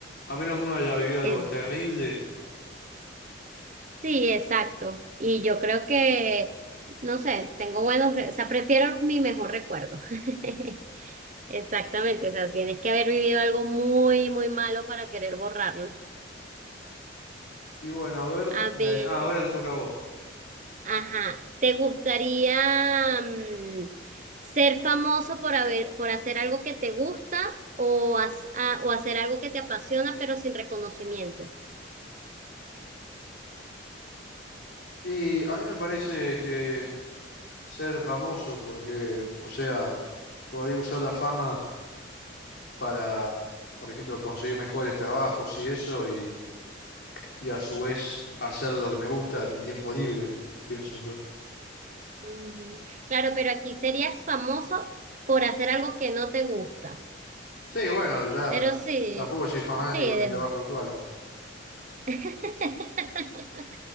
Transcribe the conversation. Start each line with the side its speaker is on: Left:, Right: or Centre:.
Left: a menos que uno haya vivido
Right: eh,
Left: algo terrible.
Right: sí, exacto, y yo creo que, no sé, tengo buenos, re- o sea, prefiero mi mejor recuerdo. <laughs> Exactamente, o sea, tienes que haber vivido algo muy, muy malo para querer borrarlo.
Left: Y bueno, a ver,
Right: A ver.
Left: eh, ah, ahora te toca a vos.
Right: Ajá, ¿te gustaría mm, ser famoso por haber, por hacer algo que te gusta o, has- a- o hacer algo que te apasiona pero sin reconocimiento?
Left: Y a mí me parece que ser famoso, porque, o sea, por ahí usar la fama. para, por ejemplo, conseguir mejores trabajos y eso, y, y a su vez hacer lo que me gusta en mi tiempo libre, pienso yo.
Right: Ujú. Claro, pero aquí serías famoso por hacer algo que no te gusta.
Left: Sí, bueno, ya
Right: Pero sí,
Left: tampoco soy fanático
Right: sí, de-
Left: de mi trabajo actual.
Right: <laughs>